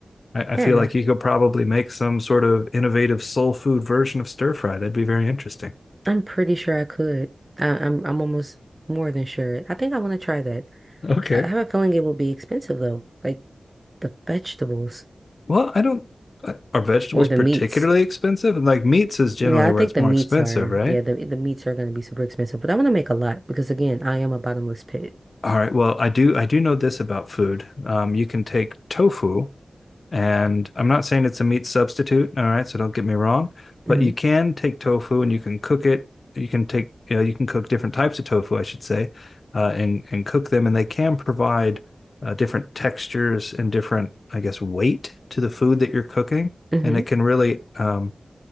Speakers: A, on the left; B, on the right.
A: I, I
B: Yeah,
A: feel like you could probably make some sort of innovative soul food version of stir fry. That'd be very interesting. <laughs>
B: I'm pretty sure I could. I, I'm I'm almost more than sure. I think I want to try that.
A: Okay.
B: I have a feeling it will be expensive though, like the vegetables
A: Well, I don't. uh, Are vegetables
B: or the
A: particularly
B: meats.
A: expensive? And like meats is generally
B: Yeah, I
A: where
B: think
A: it's
B: the
A: more
B: meats
A: expensive,
B: are,
A: right?
B: yeah, the the meats are going to be super expensive, but I want to make a lot because again, I am a bottomless pit.
A: All right. Well, I do. I do know this about food. Um, you can take tofu And I'm not saying it's a meat substitute, all right, so don't get me wrong,
B: hmm
A: but you can take tofu and you can cook it. You can take, you know, you can cook different types of tofu, I should say, uh, and and cook them, and they can provide uh, different textures and different, I guess, weight to the food that you're cooking,
B: hmm
A: and it can really, um,